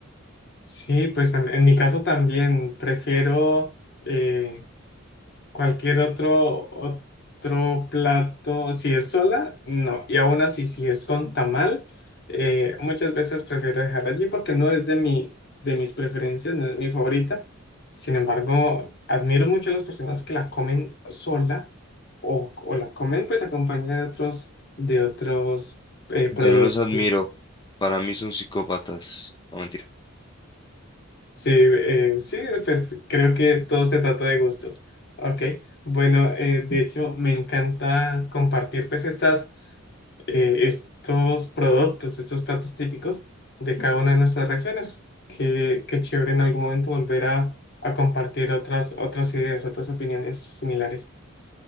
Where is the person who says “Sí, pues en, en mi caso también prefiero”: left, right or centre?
Left